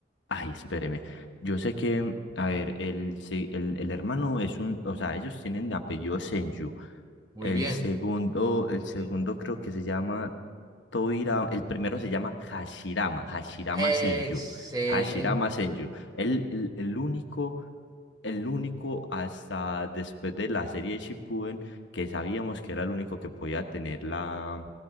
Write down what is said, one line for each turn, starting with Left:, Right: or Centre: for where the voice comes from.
Left: Ay, espéreme. Yo sé que, a ver, el, se- el, el hermano es un, o sea, ellos tienen apellido Senju.
Right: Muy
Left: El
Right: bien.
Left: segundo, el segundo
Right: Bien.
Left: creo que se llama Toira, el primero se llama Hashirama, Hashirama
Right: Excelente.
Left: Senju. Hashirama Senju. El, el, el único, el único hasta después de la serie de Shippuden que sabíamos que era el único que podía tener la,